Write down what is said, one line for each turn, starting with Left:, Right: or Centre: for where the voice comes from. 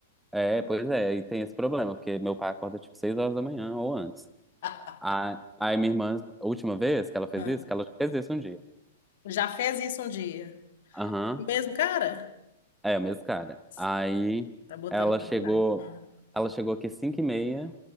Centre: É, pois é, aí tem esse problema, porque meu pai acorda tipo seis horas da manhã ou antes.
Left: <laughs>
Centre: A, aí minha irmã, a última vez que ela fez
Left: Ah,
Centre: isso, que ela já fez isso um dia.
Left: já fez isso um dia.
Centre: Aham.
Left: O mesmo cara?
Centre: É, o mesmo cara.
Left: S-
Centre: Aí
Left: Tá botando
Centre: ela
Left: pra
Centre: chegou,
Left: curar. Ah,
Centre: ela chegou aqui 5 e meia,